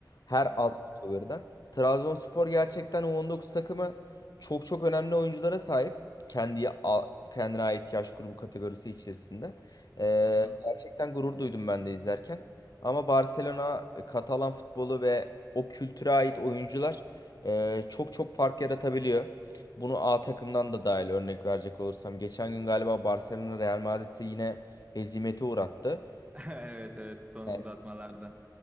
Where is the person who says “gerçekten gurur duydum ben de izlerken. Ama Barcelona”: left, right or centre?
Left